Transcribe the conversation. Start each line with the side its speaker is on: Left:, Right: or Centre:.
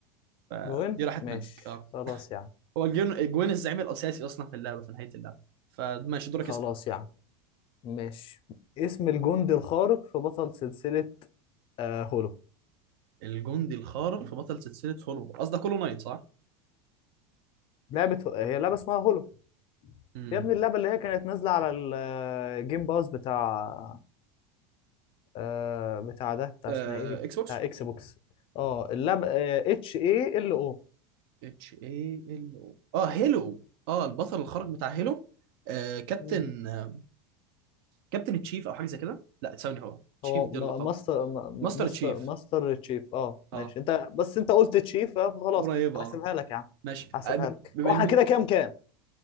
Right: فدي
Left: جوين
Right: راحت
Left: ماشي
Right: منك اه
Left: خلاص يا عم
Right: هو الجون الجوين الزعيم الاساسي اصلا في اللعبه في نهايه اللعبه فماشي دورك
Left: خلاص
Right: اسال
Left: يا عم ماشي اسم الجندي الخارق في بطل سلسلة آه هولو
Right: الجندي الخارق في بطل سلسله هولو قصدك هولو نايت صح؟
Left: لعبة هي لعبة اسمها هولو
Right: امم
Left: يا ابني اللعبة اللي هي كانت نازلة على الجيم باز بتاع آه بتاع ده بتاع
Right: آه،
Left: اسمها ايه دي
Right: اكس بوكس
Left: بتاع اكس بوكس اه اللعبة اتش اي ال
Right: اتش اي ال او اه هيلو اه البطل الخارق بتاع هيلو آه كابتن
Left: او
Right: آه كابتن تشيف او حاجه زي كده لا ثواني هو تشيف
Left: هو
Right: دي
Left: م-
Right: اللقب
Left: ماستر م-
Right: ماستر
Left: مستر
Right: تشيف
Left: ماستر تشيف اه
Right: اه
Left: ماشي انت بس انت قلت تشيف آه، فخلاص
Right: قريب اه
Left: هحسبها لك يا عم
Right: ماشي
Left: هحسبها
Right: آه، ب-
Left: لك
Right: بما
Left: هو
Right: ان
Left: احنا كده كام كام